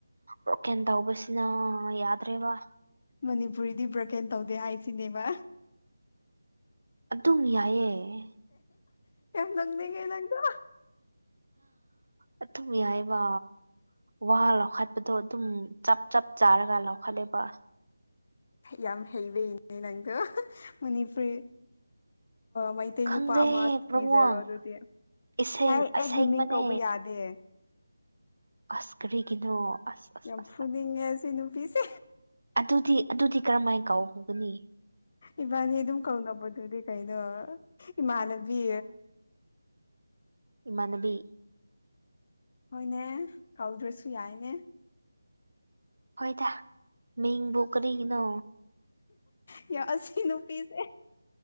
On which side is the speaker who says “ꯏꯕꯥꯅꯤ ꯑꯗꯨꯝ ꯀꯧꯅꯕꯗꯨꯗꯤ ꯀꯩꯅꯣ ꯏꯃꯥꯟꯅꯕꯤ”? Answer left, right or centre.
Left